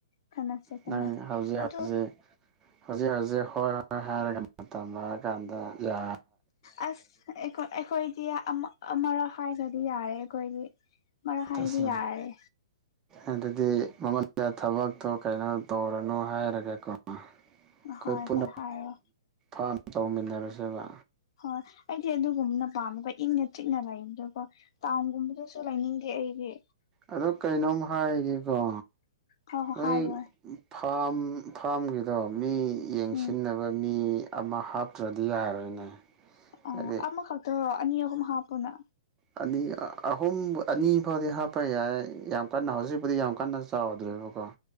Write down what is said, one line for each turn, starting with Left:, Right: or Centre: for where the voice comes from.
Left: ꯀꯁꯦ ꯀꯅꯁꯦ
Right: ꯅꯪ ꯍꯧꯖꯤꯛ
Left: ꯑꯗꯨꯗꯣ
Right: ꯍꯧꯖꯤꯛ ꯍꯧꯖꯤꯛ ꯍꯧꯖꯤꯛ ꯍꯣꯏ ꯍꯣꯏ ꯍꯥꯏꯔꯒ ꯇꯝꯂꯑ ꯀꯥꯟꯗ ꯌꯥ
Left: ꯑꯁ ꯑꯩꯣꯏ ꯑꯩꯈꯣꯏꯗꯤ ꯑꯃ ꯑꯃꯔ ꯍꯥꯏꯥꯏ ꯍꯥꯏ ꯌꯥꯔꯦ ꯑꯩꯣꯏꯗꯤ ꯃꯔ ꯍꯥꯏꯔꯤ
Right: ꯇꯁꯦꯡ
Left: ꯌꯥꯔꯦ
Right: ꯑꯗꯨꯗꯤ ꯃꯉꯣꯟꯗ ꯊꯕꯛꯇꯣ ꯀꯩꯅꯣ ꯇꯧꯔꯅꯨ ꯍꯥꯏꯔꯒꯦ ꯀꯣꯃ ꯑꯩꯈꯣꯏ
Left: ꯍꯣꯏ
Right: ꯄꯨꯟꯅ
Left: ꯍꯣꯏ ꯍꯥꯏꯔꯣ
Right: ꯐꯥ ꯇꯧꯃꯤꯟꯅꯔꯁꯦꯕ
Left: ꯍꯣꯏ ꯑꯩꯗꯤ ꯑꯗꯨꯒꯨꯝꯕꯅ ꯄꯥꯝꯃꯦꯀꯣ ꯏꯪꯅ ꯆꯤꯛꯅ ꯂꯩ ꯑꯗꯨꯒꯀꯣ ꯇꯥꯎꯟꯒꯨꯝꯕꯗꯁꯨ ꯂꯩꯅꯤ ꯑꯣ ꯎ
Right: ꯑ ꯀꯩꯅꯣꯝ ꯍꯥꯏꯒꯀꯣ
Left: ꯍꯣꯏ ꯍꯣꯏ
Right: ꯃꯣꯏ
Left: ꯍꯥꯏꯌꯣ
Right: ꯐꯥꯔꯝ ꯐꯥꯝꯒꯤꯗꯣ ꯃꯤ ꯌꯦꯡꯁꯤꯟꯅꯕ
Left: ꯎꯝ
Right: ꯃꯤ ꯑꯃ ꯍꯥꯞꯇ꯭ꯔꯗꯤ ꯌꯥꯔꯣꯏꯅꯦ
Left: ꯑꯣ
Right: ꯍꯥꯏꯗꯤ
Left: ꯑꯃꯃ ꯈꯛꯇ ꯑꯅꯤ ꯑꯍꯨꯝ ꯍꯥꯞꯄꯅ
Right: ꯑꯅꯤ ꯑꯍꯨꯝ ꯑꯅꯤ ꯐꯥꯎꯗꯤ ꯍꯥꯞꯄ ꯌꯥꯏ ꯌꯥꯝ ꯀꯟꯅ ꯍꯧꯖꯤꯛꯄꯨꯗꯤ ꯌꯥꯝ ꯀꯟꯅ ꯆꯥꯎꯗ꯭ꯔꯦꯕꯀꯣ